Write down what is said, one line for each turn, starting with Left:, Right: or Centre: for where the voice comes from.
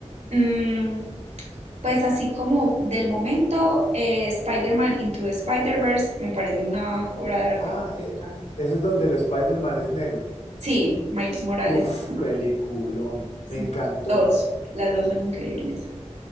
Right: Mm, pues así como del momento, eh, Spider-Man Into the Spider-Verse me parece una obra de arte
Left: Ah,
Right: completa.
Left: e- ese es donde el Spider-Man es negro.
Right: Sí, Miles Morales
Left: Uf,
Right: se llama.
Left: peliculón. Me
Right: Sí,
Left: encantó.
Right: Dos, las dos son increíbles.